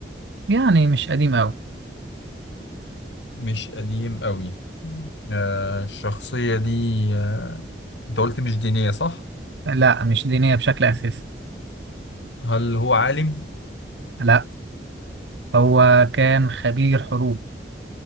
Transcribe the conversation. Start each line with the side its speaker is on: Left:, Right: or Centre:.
Right: يعني مش قديم أوي
Left: مش قديم أوي آه الشخصية دي آه، أنت قلت مش دينية صح؟
Right: لا مش دينية بشكل أساسي
Left: هل هو عالم؟
Right: لا هو كان خبير حروب